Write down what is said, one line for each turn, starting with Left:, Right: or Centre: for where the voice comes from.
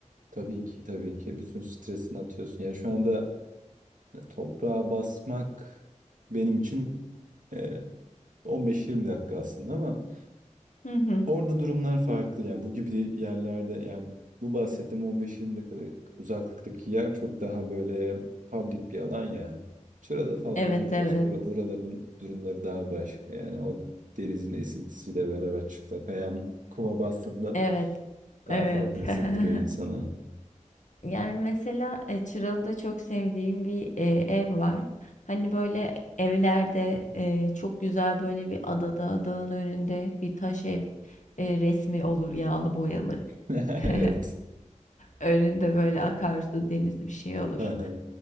Right: Tabii ki tabii ki bütün stresini atıyorsun. Ya şu anda e, toprağa basmak benim için e, 15-20 dakika aslında ama
Left: Hı hı.
Right: orada durumlar farklı. Yani bu gibi yerlerde yani bu bahsettiğim 15-20 dakikalık uzaklıktaki yer çok daha böyle public bir alan ya. Çıralı falan
Left: Evet,
Right: Olimpos
Left: evet.
Right: bura- oraların durumları daha başka. Yani o denizin esintisiyle beraber çıplak ayağın kuma bastığında
Left: Evet,
Right: Daha
Left: evet.
Right: farklı hissettiriyor insana.
Left: <laughs> Yani mesela e, Çıralı'da çok sevdiğim bir e, ev var. Hani böyle evlerde e, çok güzel böyle bir adada, dağın önünde bir taş ev e, resmi olur yağlı boyalı.
Right: <laughs>
Left: <laughs>
Right: Evet.
Left: Önünde böyle akarsu, deniz bir şey olur.
Right: Aha.